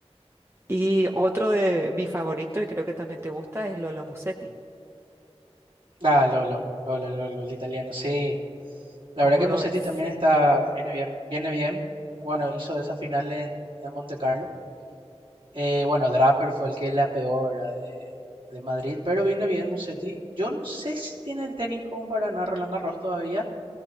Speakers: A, on the right; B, on the right.
A: Y otro de mi favorito, y creo que también te gusta, es Lolo Musetti.
B: Ah, Lolo, Lolo, Lolo, el italiano, sí. La
A: ¿Cómo
B: verdad que
A: lo
B: Musetti
A: ves?
B: también está, viene bien, viene bien. Bueno, hizo esa final en, en Monte Carlo. Eh, bueno, Draper fue el que la peor de, de Madrid, pero viene bien Musetti. Yo no sé si tiene el tenis como para ganar Roland Garros todavía,